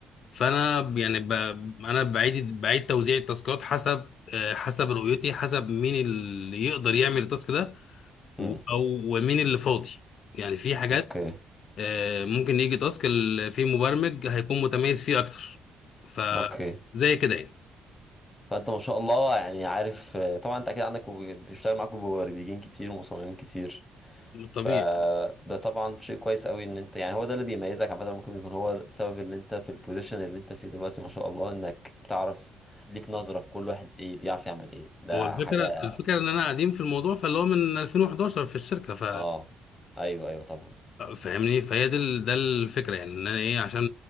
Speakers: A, on the left (about 65°); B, on the left (about 15°).
A: فانا يعني ب... انا بعيد بعيد توزيع التاسكات حسب آه، حسب رؤيتي حسب مين اللي يقدر يعمل التاسك ده و-
B: امم
A: او ومين اللي فاضي يعني في حاجات
B: اوكي
A: آه، ممكن يجي تاسك ال- في مبرمج هيكون متميز فيه اكتر ف
B: اوكي
A: زي كده يعني
B: فانت ما شاء الله يعني عارف آه، طبعا انت اكيد عندك مب- بيشتغل معاك مبرمجين كتير ومصممين كتير فده
A: طبيعي
B: طبعا شيء كويس قوي ان انت يعني هو ده اللي بيميزك عامه ممكن يكون هو السبب اللي انت في البوزيشن اللي انت فيه دلوقتي ما شاء الله انك بتعرف ليك نظرة في كل واحد ايه بيعرف يعمل ايه ده
A: هو الفكره
B: حاجة
A: الفكره ان انا قديم في الموضوع فاللي هو من 2011 في الشركه ف
B: اه ايوه ايوه طبعا
A: فاهمني فهي دي ال- ده الفكره يعني ان انا ايه عشان